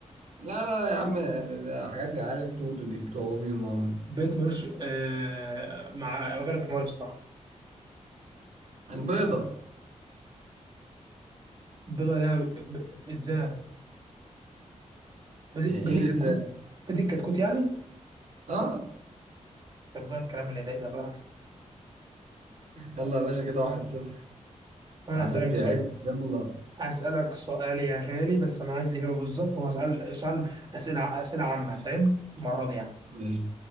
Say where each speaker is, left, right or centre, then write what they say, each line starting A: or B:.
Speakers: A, on the right; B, on the right.
A: لا لا يا عم ده, ده حاجات العيال التوتو دي بتوع بابي ومامي
B: بيت ملوش آه مع غالب حماري بصراحة
A: البيضة
B: بيضة لها ب... إزاي بيت
A: يعني
B: بيت
A: ايه اللي
B: الكتكوت
A: ازاي
B: بيت الكتكوت يعني
A: اه
B: طب بقى الكلام اللي ضايق ده بقى
A: يلا يا باشا كده واحد صفر
B: أنا
A: العداد
B: هسألك
A: بيعد
B: سؤال
A: يلا
B: هسألك سؤال يا غالي بس أنا عايز الإجابة بالظبط هو سؤال سؤال أسئلة أسئلة عامة فاهم المرة دي يعني
A: ماشي